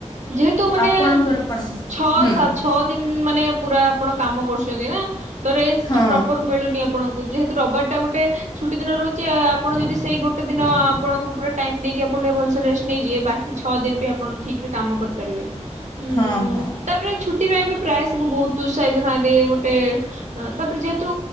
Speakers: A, on the right; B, on the left.
A: ଯେହେତୁ ମାନେ
B: ଆପଣଙ୍କର କଣ?
A: ଛଅ
B: ହୁଁ
A: ସା ଛଅ ଦିନ ମାନେ ପୁରା ଆପଣ କାମ କରୁଛନ୍ତି ନା ତ ରେଷ୍ଟ୍
B: ହଁ
A: ପ୍ରପର ମିଳୁନି ଆ ଆପଣଙ୍କୁ, ଯେହେତୁ ରବିବାର ଟା ଗୋଟେ ଛୁଟି ଦିନ ରହୁଛି! ଆ ଆପଣ ଯଦି ସେଇ ଗୋଟେ ଦିନ ଆପଣଙ୍କୁ ପୁରା ଟାଇମ ଦେଇକି କି ଆପଣ ଟିକେ ଭଲସେ ରେଷ୍ଟ ନେଇଯିବେ। ବାକି ଛଅ ଦିନ ବି ଆପଣ ଠିକରେ କାମ କରିପାରିବେ। ଉ-ଉ-ଉ
B: ହଁ ହଁ
A: ତାପରେ ଛୁ ସେଥିପାଇଁ ବି ପ୍ରାୟ ସବୁ ବହୁତ ଉତ୍ସାହିତ ଥାନ୍ତି ଗୋଟେ ତାପରେ ଯେହେତୁ